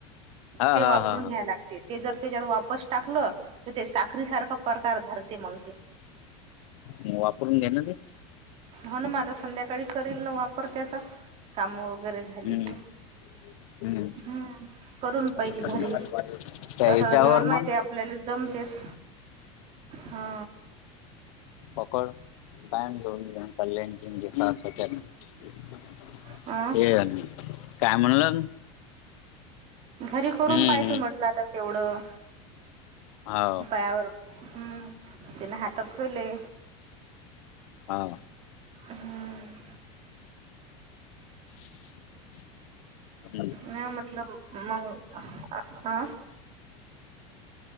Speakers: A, on the left; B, on the right.
A: हा
B: ते,
A: हा
B: वापरून
A: हा हा
B: घ्या लागते. ते जर त्याच्यात वापस टाकलं, तर ते साखरी, सारखं प्रकार धरते, मग ते.
A: म, वापरून घ्या. ना ते.
B: हो, ना मा आता, संध्याकाळी करील ना वापर त्याचा. कामं वगैरे, झाली
A: हम्म
B: की.
A: हम्म
B: हम्म, करून
A: त्या
B: पाहिल घरी, तस
A: ह्याच्यावर
B: तर तुम्हाला माहिती
A: मग
B: आहे, आपल्याला जमतेस, हा.
A: पकड, <unintelligible>
B: अ
A: हे, काय म्हणलं.
B: घरी,
A: हम्म
B: करून पाहय
A: हम्म
B: तो मग, तेवढं,
A: हो
B: पायावर, हम्, त्यांने हातच केले.
A: हा,
B: हम्म,
A: <unintelligible> <unintelligible> <unintelligible>
B: नाही म्हटलं मग हा